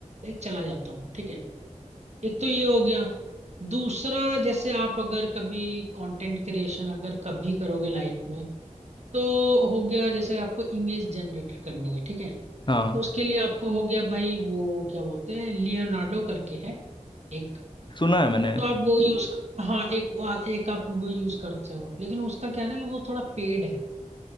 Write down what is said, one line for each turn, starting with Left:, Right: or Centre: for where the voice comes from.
Right: एक चला जाता हूँ ठीक है एक तो ये हो गया दूसरा जैसे आप अगर कभी कंटेंट क्रिएशन अगर कभी करोगे लाइफ में तो हो गया जैसे आपको इमेज जनरेट करनी है ठीक है
Left: हाँ
Right: तो उसके लिए आपको हो गया भाई वो क्या बोलते हैं लियोनार्डो करके है एक
Left: सुना है मैंने
Right: तो आप वो यूज हाँ एक वो- एक आप वो यूज करते हो लेकिन उसका क्या ना कि वो थोड़ा पेड है